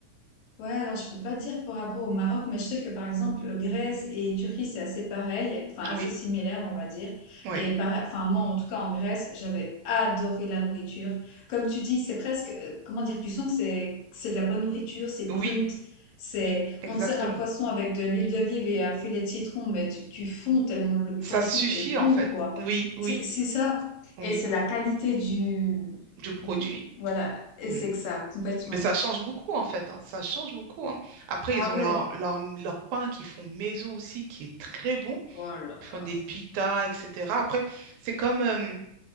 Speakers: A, on the left (about 75°); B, on the right (about 80°).
A: Ouais, alors je peux pas dire par rapport au Maroc, mais je sais que par exemple euh, Grèce et Turquie c'est assez pareil, enfin
B: Oui,
A: assez similaire on va dire.
B: oui,
A: Et pareil, enfin moi en tout cas en Grèce j'avais adoré la nourriture. Comme tu dis, c'est presque, euh, comment dire, tu sens que c'est c'est de la bonne nourriture, c'est brut,
B: oui,
A: c'est
B: oui, exactement.
A: on te sert un poisson avec de l'huile d'olive et un filet de citron, mais tu, tu fonds tellement le poisson
B: Ça suffit
A: est bon
B: en fait.
A: quoi.
B: Oui, oui,
A: C'est c'est ça
B: oui,
A: et c'est la qualité du
B: du produit.
A: du voilà et
B: Mm.
A: c'est que ça complètement.
B: Mais ça change beaucoup en fait, hein, Ça change beaucoup. hein. Après, ils
A: Ah
B: ont
A: ouais.
B: leur, leur, leur pain qu'ils font maison aussi, qui est très bon.
A: Oh là
B: Ils font
A: là.
B: des pitas, etc. Après, c'est comme euh,